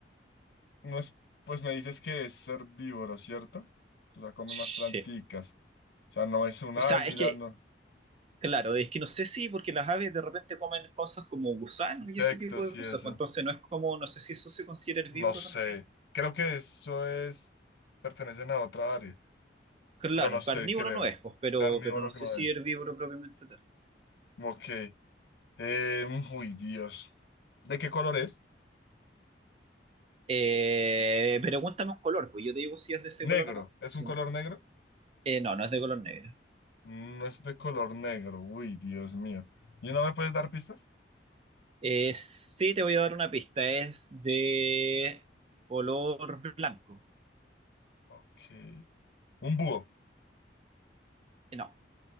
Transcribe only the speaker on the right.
Sí.
O
sea, es que
Claro, es que no sé si, porque las aves de repente comen cosas como gusanos
y ese tipo de
cosas,
pues entonces no es como, no sé si eso se considera herbívoro
también.
Claro,
carnívoro
no es, pues, pero,
pero no sé
si
herbívoro propiamente tal.
Eh, pregúntame un color, pues yo te digo si es de ese
color o no.
Sí.
Eh, no, no es de color negro.
Eh, sí, te voy a dar una pista, es de color blanco.
Eh, no,